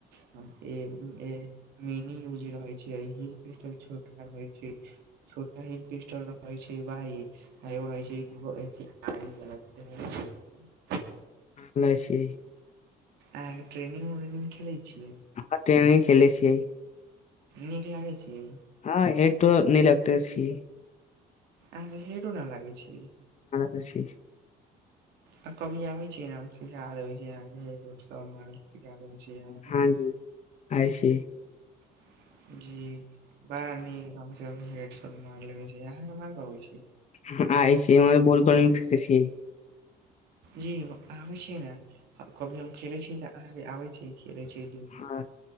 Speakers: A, on the right (about 80°); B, on the left (about 45°).
A: हम एब ए मिनी यूजी रहै छै हिल पिसटल छोटका रहै छै छोटका हेड पिस्टल रहइ छै वाइ आ एगो होई छै आई बला <unintelligible> बला
B: नय से इ
A: अहाँकेँ ट्रेनिंग <unintelligible> खेलै छियै
B: अहाँ ट्रेनिंग खेले छियै
A: नीक लागै छियै
B: हँ हेतो नी लगतै छी
A: अहाँ हेडो ना लागै छिये
B: खुशी
A: आ कभी आबेै छियेै नऽ हम सिखा देबे छिये अहाँ केँ हेड उड सब <unintelligible> छी अहाँके
B: हँजी आय छिये
A: <inaudible> जी बड़ा नीक रंग सँ हम हेडफोन मार लेबे छै अहाँ <unintelligible> छै
B: <unintelligible>
A: जी हम आबेै छिये नऽ हम कभी हम खेलेै छिये तऽ अहाँकेँ आबे छिये खेले छी
B: हँ